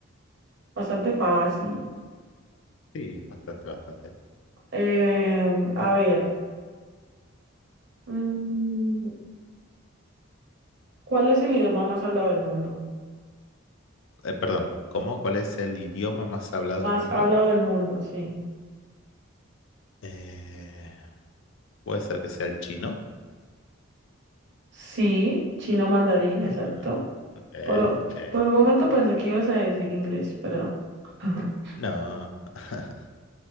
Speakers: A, on the right; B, on the left.
A: Bastante fácil.
B: Sí, bastante, bastante.
A: Eh, a ver, mm, ¿cuál es el idioma más hablado del mundo?
B: Eh, perdón, ¿cómo? ¿Cuál es el idioma más hablado
A: Más
B: del mundo?
A: hablado del mundo, sí.
B: Eh, puede ser que sea el chino.
A: Sí, chino mandarín,
B: Ujú.
A: exacto.
B: Ok,
A: Pero
B: ok.
A: por un momento pensé que ibas a decir inglés, pero no. <laughs>
B: No. <laughs>